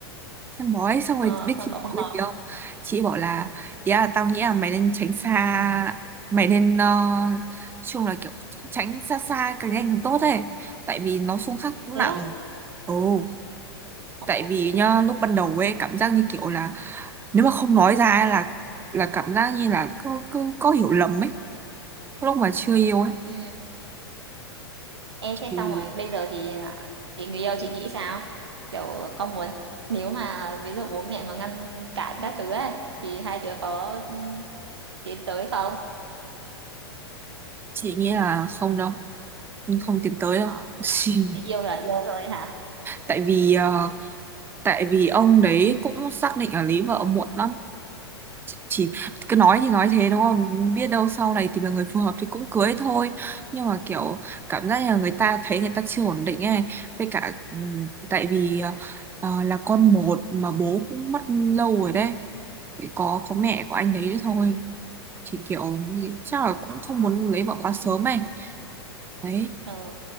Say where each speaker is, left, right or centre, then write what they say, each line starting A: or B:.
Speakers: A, on the right; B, on the right.
A: xem bói xong rồi
B: ờ,
A: biết
B: xong
A: chị
B: mà không
A: bảo cái
B: hợp
A: gì không chị bảo là ý là tao nghĩ là mày nên tránh xa mày nên ờ, nói chung là kiểu tránh xa xa càng nhanh càng tốt ấy tại vì nó xung khắc cũng
B: thế
A: nặng
B: á
A: ồ
B: Ờ.
A: tại vì nhá lúc ban đầu ấy cảm giác như kiểu là nếu mà không nói ra ấy là là cảm giác như là cứ cứ có hiểu lầm ấy lúc mà chưa yêu ấy
B: ừ. Ê, thế
A: thì
B: xong rồi bây giờ thì à, thì người yêu chị nghĩ sao kiểu con muốn nếu mà ví dụ bố mẹ mà ngăn cản các thứ ấy thì hai đứa có ừ, tiến tới không
A: chị nghĩ là không đâu không tiến tới đâu
B: Ờ.
A: <laughs>
B: à, yêu là yêu thôi hả
A: tại vì ờ, tại vì ông đấy cũng xác định là lấy vợ muộn lắm chỉ cứ nói thì nói thế đúng không biết đâu sau này tìm được người phù hợp thì cũng cưới thôi nhưng mà kiểu cảm giác là người ta thấy người ta chưa ổn định ấy với cả ừ, tại vì ờ, là con một mà bố cũng mất lâu rồi đấy Chỉ có có mẹ của anh đấy thôi thì kiểu nghĩ- chắc là cũng
B: Ờ.
A: không muốn lấy vợ quá sớm ấy đấy
B: ừ.